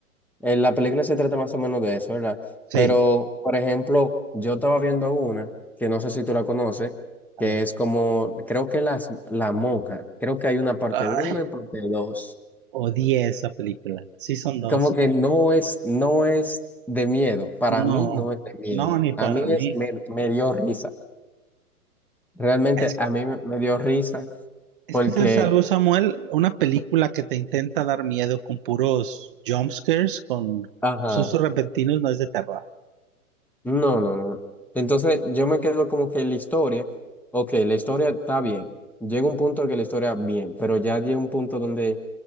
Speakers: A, in the centre; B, on the right (about 35°).
A: Eh, la película se trata más o menos de eso, ¿verdad?
B: Sí.
A: Pero, por ejemplo, yo estaba viendo una, que no sé si tú la conoces,
B: A
A: que
B: ver.
A: es como, creo que las, la monja, creo que hay una parte
B: Ay,
A: uno y parte dos.
B: odié esa película. Sí, son 2.
A: Como que no es, no es de miedo, para
B: No,
A: mí no es de miedo,
B: no, ni para
A: a mí
B: mí.
A: es, me, me dio risa, realmente
B: Es,
A: a mí me me dio risa
B: es
A: porque,
B: que es algo, Samuel, una película que te intenta dar miedo con puros jumpscares, con
A: ajá.
B: sustos repentinos, no es de terror.
A: No, no, no. Entonces yo me quedo como que la historia, ok, la historia está bien, llega un punto en que la historia bien, pero ya llega un punto donde